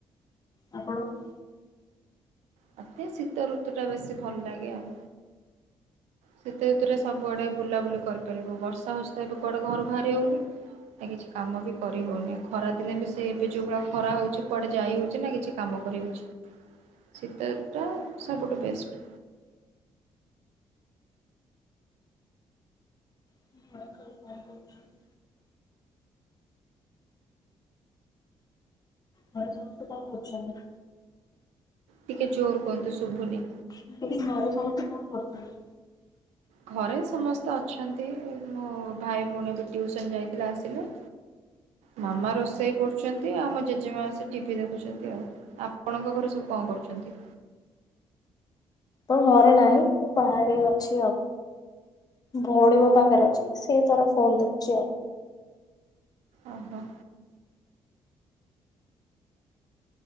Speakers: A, on the left; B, on the right.
A: ଆପଣଙ୍କୁ?
B: ମତେ ଶୀତ ଋତୁ ଟା ବେଶି ଭଲ ଲାଗେ ଆଉ। ଶୀତ ଋତୁରେ ସବୁଆଡେ ବୁଲାବୁଲି କରିପାରିବୁ ବର୍ଷା ହଉଛି ତ ଏବେ କୁଆଡେ ଘରୁ ବାହାରି ହଉନି। ନା କିଛି କାମ ବି କରିହଉନି ଖରା ଦିନେ ବି ସେ ଏବେ ଯୋଉ ଭଳିଆ ଖରା ହଉଛି କୁଆଡେ ଯାଇ ହଉଛି ନା କିଛି କାମ କରିହଉଛି। ଶୀତ ରିତୁ ଟା ସବୁଠୁ ବେଷ୍ଟ।
A: <inaudible> ଘରେ ସମସ୍ତେ କଣ କରୁଛନ୍ତି?
B: ଟିକେ ଜୋର କୁହନ୍ତୁ ଶୁଭୁନି।
A: ମୁଁ କହିଲି ଘରେ ସମସ୍ତେ କଁ କରୁଛନ୍ତି?
B: ଘରେ ସମସ୍ତେ ଅଛନ୍ତି ମୋ ଭାଇ ଭଉଣୀ ବି ଟିୁସନ ଯାଇଥିଲେ ଆସିଲେ। ମାମା ରୋଷେଇ କରୁଛନ୍ତି ଆଉ ମୋ ଜେଜେମା ବସି ଟିଭିି ଦେଖୁଛନ୍ତି ଆଉ। ଆପଣଙ୍କ ଘରେ ସବୁ କଣ କରୁଛନ୍ତି?
A: ତ ଘରେ ନାହିଁ ମୁଁ ବାହାରେ ଅଛି ଆଉ। ଭଉଣୀଙ୍କ ପାଖରେ ଅଛି ସିଏ ତାର ଫୋନ ଦେଖୁଛି ଆଉ।
B: ଓ ହୋ।